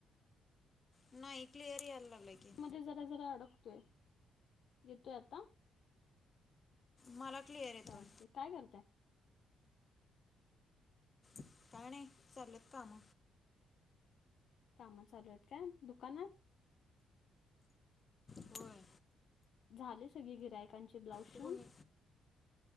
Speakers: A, on the left; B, on the left.
A: नाही क्लिअर यायला लागलाय की
B: मध्ये जरा जरा अडकतोय? येतोय आता
A: मला क्लिअर येतोय
B: चालते काय करतय
A: का नाही चालेत काम
B: काम चालू आहेत का दुकानात.
A: होय
B: झाले सगळे गिरायकांचे ब्लाऊज शिवुन?
A: तू कोणी